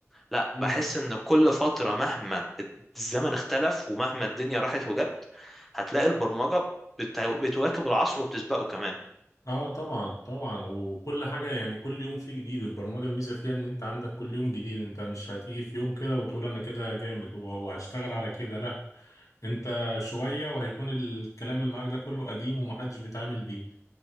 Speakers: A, in the centre; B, on the left (about 90°).
A: لا
B: امم
A: بحس ان كل فترة مهما الزمن اختلف ومهما الدنيا راحت وجت هتلاقي البرمجة بت- بتواكب العصر وبتسبقه كمان
B: اه طبعا طبعا وكل حاجة يعني كل يوم فيه جديد البرمجة الميزة فيها ان انت عندك كل يوم جديد انت مش هتيجي في يوم كده وتقول انا كده جامد وهشتغل على كده لا انت شوية وهيكون الكلام اللي معاك ده كله قديم ومحدش بيتعامل بيه